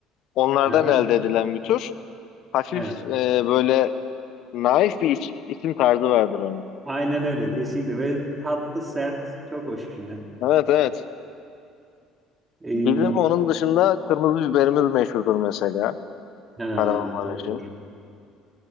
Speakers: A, on the left; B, on the right.
A: Onlardan
B: Hı hı,
A: elde edilen bir tür. Hafif
B: evet.
A: e, böyle naif bir iç- içim tarzı vardır onun.
B: Aynen öyle kesinlikle ve tatlı sert çok hoş bir şey yani.
A: Evet evet.
B: Ee,
A: Bizim onun dışında kırmızı biberimiz meşhurdur mesela.
B: ha,
A: Kahramanmaraş'ın.
B: doğrudur.